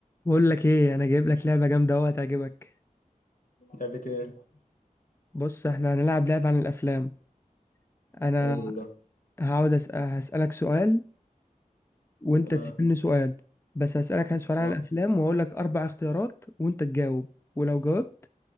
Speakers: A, on the left; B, on the left.
A: بقول لك ايه انا جايب لك لعبه جامده اهو هتعجبك
B: لعبة ايه؟
A: بص احنا هنلعب لعبه عن الافلام انا
B: حلو ده
A: هقعد أسأل هسالك سؤال وانت
B: تمام
A: تسالني سؤال بس هسالك عن سؤال عن
B: اه
A: الافلام واقول لك اربع اختيارات وانت تجاوب ولو جاوبت